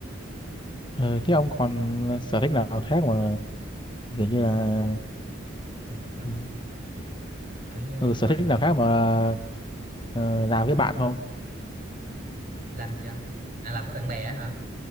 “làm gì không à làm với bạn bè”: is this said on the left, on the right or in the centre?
Right